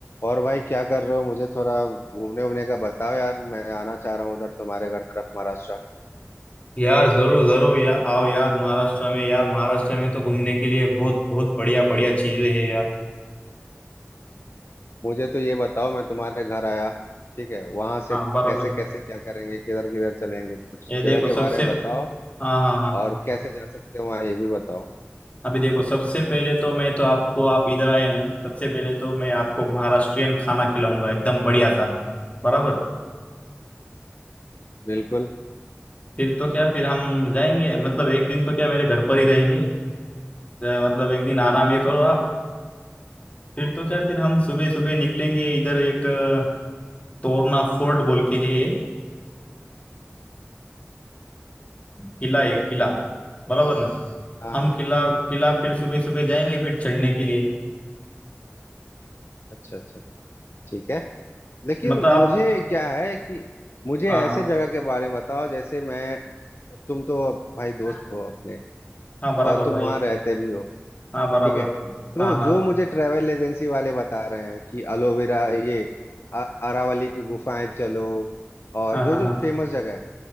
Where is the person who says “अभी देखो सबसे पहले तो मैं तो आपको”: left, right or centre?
Left